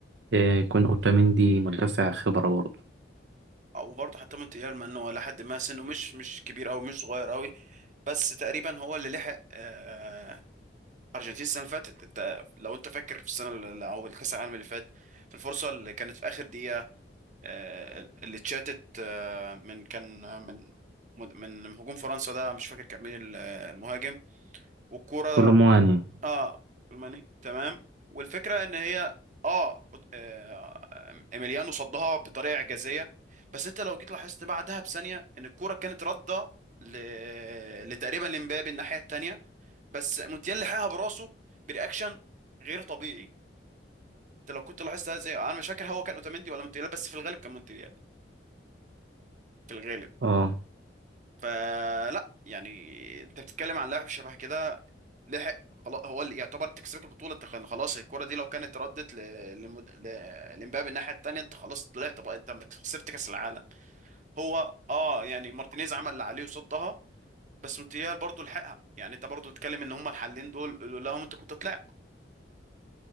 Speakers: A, on the right; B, on the right.
A: آه، يكون أوتاميندي مدافع خبرة برضه
B: او برضه حتى مونتيال مع انه لحد ما سنه مش مش كبير او مش صغير قوي بس تقريبا هو اللي لحق آه، ارجنتين السنه اللي فاتت انت لو انت فاكر في السنه اللي- او الكاس العالم اللي فات في الفرصه اللي كانت في اخر دقيقه آه، اللي اتشاتت آه، من كان آه، من من من هجوم فرنسا ده مش فاكر كان مين ال- آه، المهاجم والكوره
A: كولومواني
B: اه الماني تمام والفكره ان هي اه آه، ايميليانو صدها بطريقه اعجازيه بس انت لو جيت لاحظت بعدها بثانيه ان الكوره كانت رده ل... لتقريبا لمبابي الناحيه الثانيه بس موتيال لحقها براسه برياكشن غير طبيعي انت لو كنت لاحظت هذا انا مش فاكر هو كان اوتاميندي ولا مونتيال بس في الغالب كان مونتيال في الغالب
A: اه
B: فلا يعني انت بتتكلم عن لاعب شبه كده لحق خلاص هو اللي يعتبر تكسبك البطوله انت كان خلاص الكره دي لو كانت ردت ل... لمد... ل... لمبابي الناحيه التانيه انت خلاص طلعت بقى انت خسرت كاس العالم هو اه يعني مارتينيز عمل اللي عليه وصدها بس مونتيال برضه لحقها يعني انت برضه بتتكلم ان هما الحلين دول لولاهم انت كنت طلعت